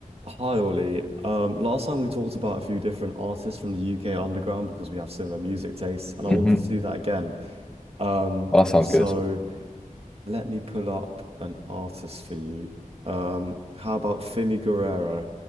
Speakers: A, on the right; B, in the centre.
A: Hi Ollie. Um, last time we talked about a few different artists from the UK underground because we have similar music tastes, and I
B: hmm
A: wanted to do that again. Um,
B: Well, that sounds
A: so
B: good.
A: let me pull up an artist for you. Um, how about Fimi Guerrero?